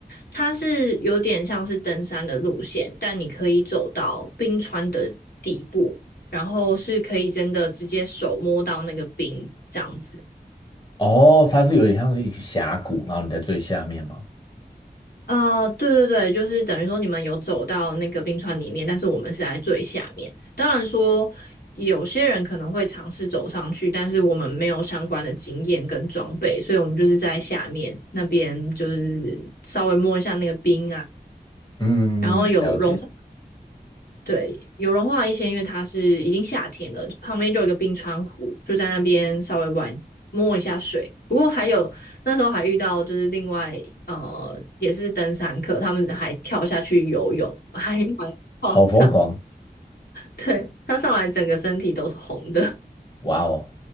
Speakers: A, on the left; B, on the left.
A: 它是有点像是登山的路线，但你可以走到冰川的底部，然后是可以真的直接手摸到那个冰这样子。
B: 哦，它是有点像是一个峡谷，然后你在最下面吗？
A: 哦，对对对，就是等于说你们有走到那个冰川里面，但是我们是在最下面。当然说，有些人可能会尝试走上去，但是我们没有相关的经验跟装备，所以我们就是在下面那边，就是稍微摸一下那个冰啊，
B: 嗯，
A: 然后有融化。
B: 了解，
A: 对，有融化的一些，因为它是已经夏天了，旁边就有一个冰川湖，就在那边稍微玩摸一下水。不过还有那时候还遇到就是另外呃也是登山客，他们还跳下去游泳，还蛮夸张。
B: 好疯狂。
A: 对，他上来整个身体都是红的。
B: 哇哦，